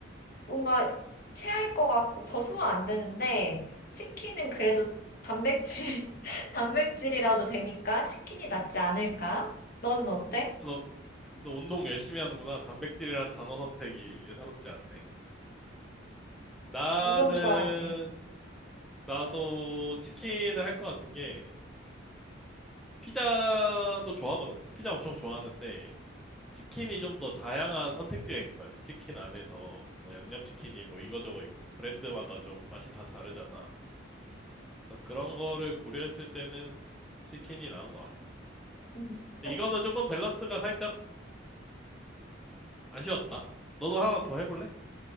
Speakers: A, on the left (about 50°); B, in the centre.
A: 뭔가 체할 것 같고 더 소화 안 되는데 치킨은 그래도 단백질, <laughs> 단백질이라도 되니까 치킨이 낫지 않을까? 너는 어때?
B: 너, 너 운동 열심히 하는구나. 단백질이란 단어 선택이 예사롭지 않네. 나는,
A: 운동 좋아하지?
B: 나도 치킨을 할 것 같은 게, 피자도 좋아하거든? 피자 엄청 좋아하는데, 치킨이 좀 더 다양한 선택지가 있는 것 같아. 치킨 안에서, 뭐, 양념치킨이 뭐 이거저거 있고, 브랜드마다 좀 맛이 다 다르잖아. 그래서 그런 거를 고려했을 때는 치킨이 나은 것 같다.
A: <laughs>
B: 근데 이거는 조금 밸런스가 살짝 아쉬웠다. 너도 하나 더 해볼래?